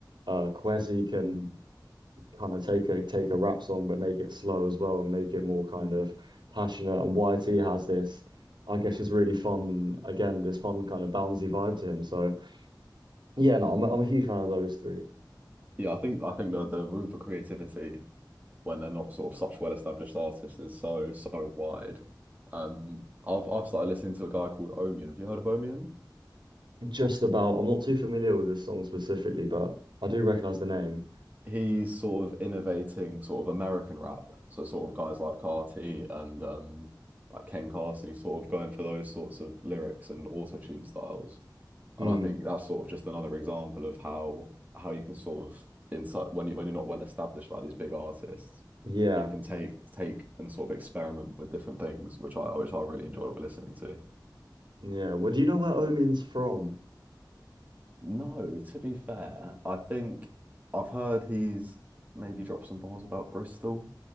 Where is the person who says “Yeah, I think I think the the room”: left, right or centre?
Right